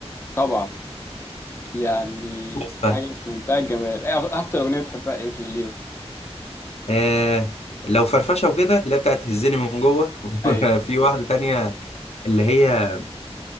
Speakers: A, on the left (about 20°); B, on the left (about 70°).
A: طبعا يعني
B: تحفة
A: حاجة في منتهى الجمال إيه أغ- أكتر أغنية بتحبها إيه في ليهم
B: آه لو فرفشة وكده اللي هي بتاعت تهزني من جوه
A: أيوه
B: <laughs> في واحدة تانية اللي هي